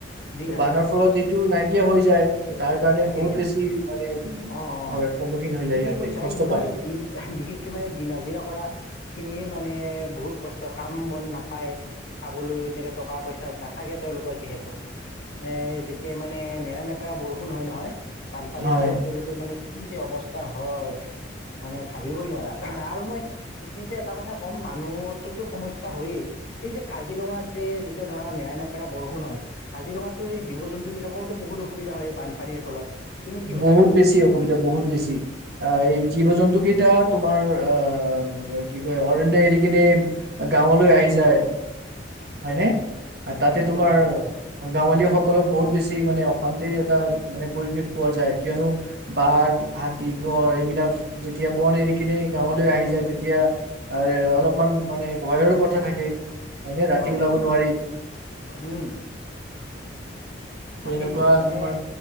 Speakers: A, on the left; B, on the right.
A: দিন
B: ত' বানৰ ফলত এইটো নাই কিয়া হৈ যায়। তাৰ কাৰণে
A: তাকেইতটো,
B: বহুত বেছি মানে উম,
A: অ-অ,
B: হয় সন্মুখীন হৈ
A: ঠিকেই
B: যায় ইয়াতে
A: কৈছা
B: কষ্ট
A: এই মানে
B: পায়
A: দিন বিশেষকে মানে দিন হাজিৰা কৰা খিনিয়ে মানে বহুত কষ্ট, কাম বন নাপায় খাবলৈ এনেকে টকা পইচা নাথাকে তেওঁওলোকৰ যিহেতু, মানে যেতিয়াাই মানে নেৰানেপেৰা বৰষু ষুণ হয় নহয়। বানপানীৰ
B: হয়
A: ফলত তেওঁলোকে মানে কি যে অৱস্থা হয় মানে ভাবিবই নোৱাৰা আৰু মই এইখিনিতে এটা কথা ক'ম মানুহতো সমস্যা হয়য়ে এই যে কাজিৰঙাত যে যেতিয়া ধৰা নেৰা নেপেৰা বৰষুণ হয় কাজিৰঙাত তো এই জী জন্তু বিলাকৰতো বহুত অসুবিধা হয়। বানপানীৰ ফলত তুমি কি ভাবা
B: বহুত বেছি অসুবিধা বহুত বেছি আহ এই জীৱ জন্তু কেইটা তোমাৰ আহ কি কয় অৰন্য এৰি কিনে গাঁৱলৈ আহি যায়। হয় নে আৰু তাতে
A: একদম
B: তোমাৰ
A: একদম
B: গাঁৱলীয়া সকলক বহুত বেছি মানে অশান্তিৰ এটা মানে পৰিৱেশ পোৱা যায় কিয়নো বাঘ হাতী গঁড় এইবিলাক যেতিয়া বন এৰি কিনে গাঁৱলৈ আহি যায় তেতিয়া এ অলপমান মানে ভয়ৰ কথা থাকে। হয়নে ৰাতি
A: হয়
B: ওলাব নোৱাৰি।
A: উম
B: ত
A: তাকেইতো
B: এনেকুৱা
A: মানে
B: তোমাৰ